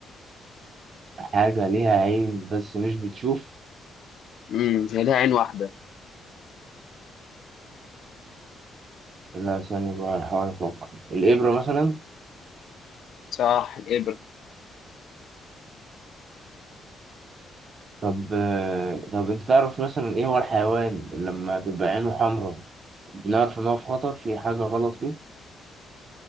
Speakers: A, on the right; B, on the left.
A: حاجة ليها عين بس مش بتشوف
B: امم هي ليها عين واحدة
A: لا ثانية بقى أحاول أفكر الإبرة مثلا
B: صح الإبرة
A: طب آه، طب أنت تعرف مثلا إيه هو الحيوان اللي لما بيبقى عينه حمراء بنعرف إن هو في خطر في حاجة غلط فيه؟